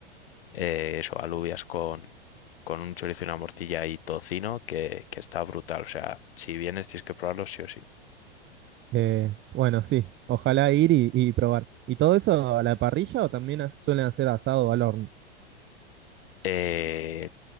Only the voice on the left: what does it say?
eh, eso, alubias con, con un chorizo y una morcilla y tocino, que, que está brutal. O sea, si vienes tienes que probarlo sí o sí.
Eh,